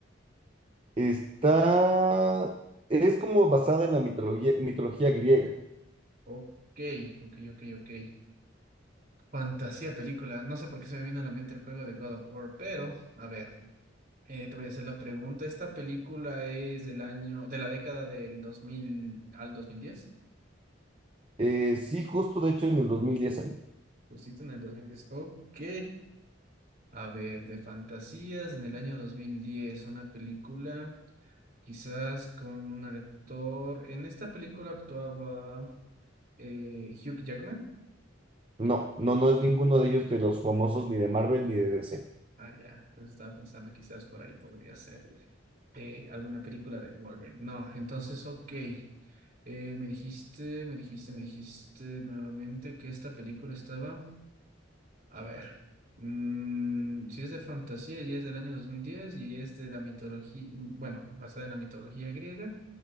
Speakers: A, on the right (about 30°); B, on the right (about 50°).
A: Está, es como basada en la mitología, mitología griega.
B: Ok, ok, ok, ok. Fantasía película. No sé por qué se me vino a la mente el juego de God of War, pero a ver, eh, te voy a hacer la pregunta. ¿Esta película es del año, de la década del 2000 al dos mil diez
A: Eh, sí, justo de hecho en el 2010 salió.
B: Justito en el dos mil diez Ok. A ver, de fantasías en el año 2010 una película. Quizás con un actor. En esta película actuaba eh, Hugh Jackman.
A: No, no, no es ninguno de ellos de los famosos ni de Marvel ni de DC.
B: Ah, ya. Entonces estaba pensando, quizás por ahí podría ser eh, alguna película de Wolverine. No, entonces, ok. Eh, me dijiste, me dijiste, me dijiste nuevamente que esta película estaba. A ver. mm, si es de fantasía y es del año 2010 y es de la mitología, mm, bueno, basada en la mitología griega.